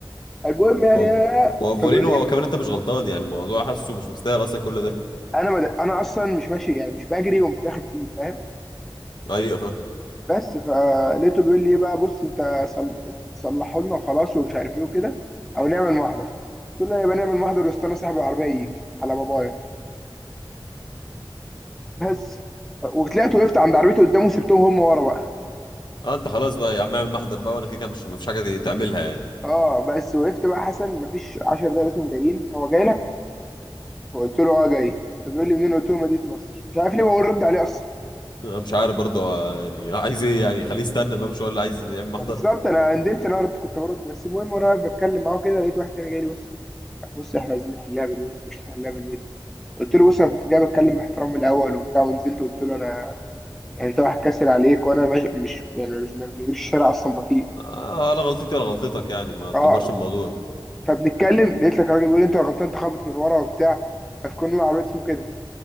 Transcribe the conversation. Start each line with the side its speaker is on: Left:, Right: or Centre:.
Centre: المهم
Left: <laughs>
Centre: يعني
Left: هو-
Centre: أنا-
Left: موفرينه
Centre: فبيقول لي إيه؟
Left: وكمان انت مش غلطان يعني الموضوع حاسه مش مستاهل اصلا كل ده
Centre: انا مد... انا اصلا مش ماشي يعني مش بجري وقمت داخل فيه فاهم
Left: ايوه فاهم
Centre: بس فلقيته بيقول لي ايه بقى بص انت صل... صلحوا لنا وخلاص ومش عارف ايه وكده او نعمل محضر قلت له يا بني نعمل محضر واستنى صاحب العربيه يجي على بابايا بس وطلعت وقفت عند عربيته قدامه وسبتهم هم ورا بقى
Left: اه انت خلاص بقى يا عم اعمل محضر بقى وانا كده كده مش مفيش حاجه دي تعملها يعني
Centre: اه بس وقفت بقى حسن مفيش 10 دقايق لقيتهم جايين هو جاي لك فقلت له اه جاي فبيقول لي منين قلت له مدينه نصر مش عارف ليه بقول رد عليه اصلا
Left: انا مش عارف برضه آه، يعني عايز ايه يعني خليه يستنى بقى مش هو اللي عايز يعمل محضر
Centre: ما بالظبط انا ندمت ان انا رد- كنت برد بس المهم وانا واقف بتكلم معاه كده لقيت واحد تاني جاي لي بص طب بص احنا عايزين نحلها بالود مش نحلها بالود قلت له بص انا كنت جاي بتكلم باحترام من الاول وبتاع ونزلت قلت له انا يعني انت واحد كاسر عليك وانا مش, مش يعني مش ما بنجريش الشارع اصلا بطيء
Left: آه ولا غلطتي ولا غلطتك يعني ما
Centre: اه
Left: تكبرش الموضوع
Centre: فبنتكلم لقيت لك راجل بيقول لي انت غلطان انت خابط من ورا وبتاع فكنا على الواد اسمه كده